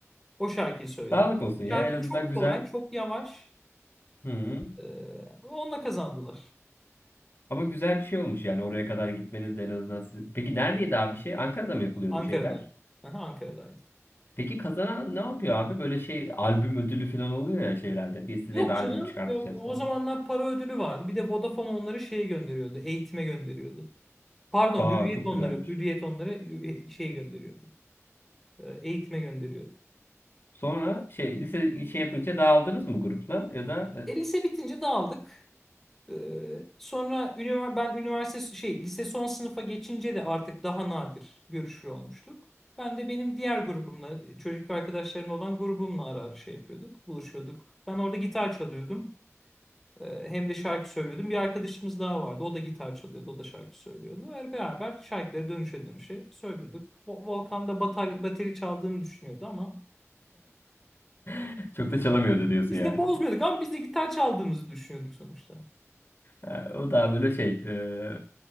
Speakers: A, in the centre; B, on the left.
A: O şarkıyı söylediler.
B: Sağlık olsun
A: Şarkı
B: ya. En azından
A: çok
B: güzel.
A: kolay, çok yavaş.
B: Hı-hı.
A: Ee, onunla kazandılar.
B: Ama güzel bir şey olmuş yani oraya kadar gitmeniz de en azından. siz- Peki neredeydi abi şey? Ankara'da mı yapılıyordu
A: Ankara'daydı.
B: şeyler?
A: Aha, Ankara'daydı.
B: Peki kazanan ne yapıyor abi? Böyle şey albüm ödülü falan oluyor ya şeylerde. Biz size
A: Yok
B: bir albüm
A: canım.
B: çıkartacağız
A: Yok. O
B: falan.
A: zamanlar para ödülü vardı. Bir de Vodafone onları şeye gönderiyordu. Eğitime gönderiyordu. Pardon,
B: Aa
A: Hürriyet
B: çok
A: onları.
B: güzelmiş.
A: Hürriyet onları e, şey gönderiyordu. e, Eğitime gönderiyordu.
B: Sonra şey lise şey yapınca dağıldınız mı grupla ya da
A: E, lise bitince dağıldık. E, sonra ünivers ben üniversite şey lise son sınıfa geçince de artık daha nadir görüşür olmuştuk. Ben de benim diğer grubumla, çocuk arkadaşlarımla olan grubumla ara ara şey yapıyorduk, buluşuyorduk. Ben orada gitar çalıyordum. Ee, Hem de şarkı söylüyordum. Bir arkadaşımız daha vardı. O da gitar çalıyordu. O da şarkı söylüyordu. Ve beraber şarkıları dönüşe dönüşe söylüyorduk. Vo- Volkan da batar, bateri çaldığını düşünüyordu ama
B: <laughs> çok da çalamıyordu diyorsun
A: biz
B: yani.
A: de bozmuyorduk ama biz de gitar çaldığımızı düşünüyorduk sonuçta.
B: Ha, o daha böyle şey e,